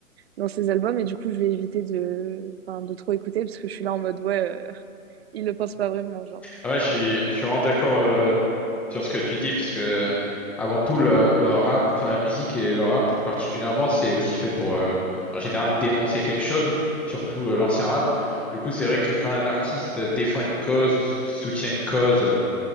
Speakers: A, on the right (about 45°); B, in the centre.
A: dans ses albums et du coup je vais éviter de enfin de trop écouter parce que je suis là en mode ouais euh, <laughs> il le pense pas vraiment genre
B: Ah Ouais, je suis, je suis vraiment d'accord euh, sur ce que tu dis, parce que avant tout, le, le rap, enfin la musique et le rap plus particulièrement, c'est aussi fait pour, euh, en général, dénoncer quelque chose, surtout euh, l'ancien rap. Du coup, c'est vrai que quand un artiste défend une cause ou sou- soutient une cause, euh,